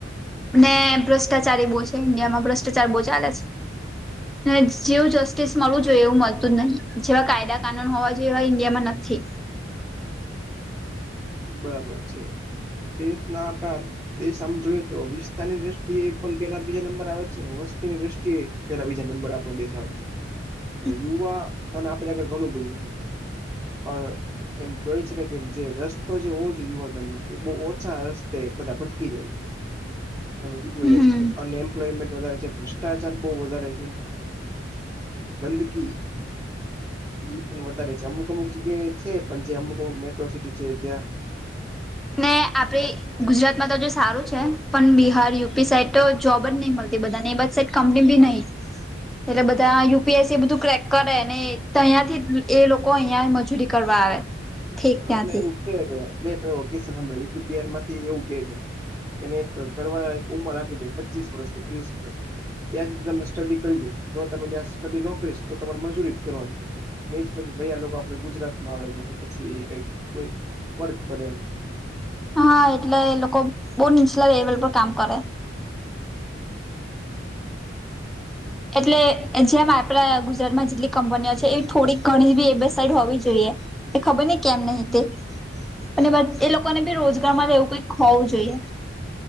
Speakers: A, in the centre; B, on the right (about 15°).
A: ને ભ્રષ્ટાચારી બો છે ઇન્ડિયામાં ભ્રષ્ટાચાર બો ચાલે છે જેવું જસ્ટિસ મળવું જોઈએ એવું મળતું જ નહી જેવા કાયદા કાનૂન હોવા જોઈએ એવા ઈન્ડિયામાં નથી.
B: બરાબર છે દેશ ના આપણા દેશ આમ જોઈએ તો વિસ્તાર ની દ્રષ્ટિએ એ પણ પેલા બે નંબર આવે છે ને વસ્તીની દ્રષ્ટિએ. પેલા બીજાંબર આપડ દેશ આવે છે.
A: <inaudible>
B: એટલે યુવા. તો આપણે આગળ ઘણું બધું છે પણ એમ જોઈ શકાય કે જે રસ. તો જે હોવો જો યુવાધન નો એ બહ ઓછા રસ્તે બધા ભટકી જાય છે. ત કીધું
A: હમ
B: એ અને એમ્પ્લોયમેન્ટ વધારે છે ભ્રષ્ટાચાર બહુ વધારે છે. ગંદકી. એ પણ વધારે છે અમુક અમુક જગ્યાએ છે પણ જે અમુક અમુક મેટ્રો સિટી છે. પૂજ્યા.
A: ને આપે ગુજરાતમાં તો જો સારું છે. પણ બિહાર યુ. પી સાઈડ તો જોબ જ નહી મળતી બધા ને એ બસ સાઈડ કંપની બી નહી એટલે બધા યુપીએસ બધું ક્રેક કરે ને તહંથી એ લોકો અહિયાં મજૂરી કરવા આવે ઠીક ત્યાંથી
B: એટલે એવું છે કે મેં એવ કિસ્સા સાંભળ્યા યુ. પી બિહાર માંથી એવું કે છે. એને એક ઘરવાળ એક ઉંમર આપી દે પચીસ વર્ષ કે ત્રીસ વર્ષ ત્યાં સુધી તમને સ્ટડી કરી લો જો તમે ત્યાં સ્ટડી નો કરીશ તો તમારે મજૂરી કરવાની. નહી જ પછી ભાઈ લોકો આપડે ગુજરાત માં આવે છે પછી એ કંઈક કોઈ વર્ક કરે એમ.
A: હા એટલે એ લોકો બહુ નીચલા લેવલ પર કામ કરે
B: <inaudible>
A: એટલે જેમ આપણા ગુજરાતમાં જેટલી કંપનીઓ છે એવી થોડીક ઘણી બી એ બે સાઈડ હોવી જોઈએ. એ ખબર નહી કેમ નહી તે. અને એ લોકોને બી રોજગારમાં રહેેવું કઈક હોવું જોઈએ.